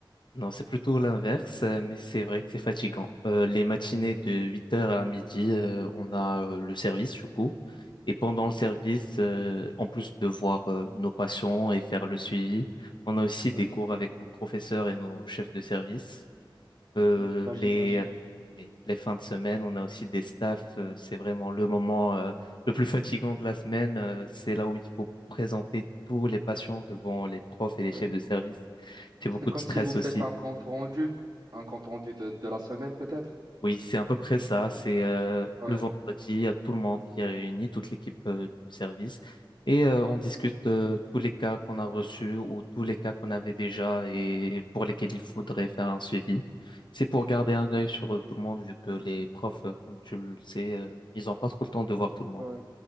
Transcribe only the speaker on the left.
Non, c'est plutôt l'inverse, euh, mais c'est vrai que c'est fatigant. Euh, les matinées de huit heures à midi, euh, on a euh, le service du coup. Et pendant
le service, euh, en plus de voir euh, nos patients et faire le suivi, on a aussi
des cours avec nos professeurs et nos chefs de service. Euh,
les, oui, les fins de semaine, on a aussi des staffs. euh, c'est vraiment le moment euh, le plus fatigant de la semaine. euh, c'est là où il faut présenter tous les patients devant les profs et les
chefs de service. C'est beaucoup
de stress
aussi.
Oui, c'est à peu près ça. C'est euh,
le vendredi, il y a tout le monde qui est réuni, toute l'équipe euh, du service, et euh, on discute euh, tous les cas qu'on a reçus ou tous les cas qu'on avait déjà et pour lesquels il faudrait faire un suivi. C'est pour garder
un œil sur euh, tout le monde, vu que les profs, euh, comme tu le sais, euh, ils n'ont pas trop le temps de voir tout le monde.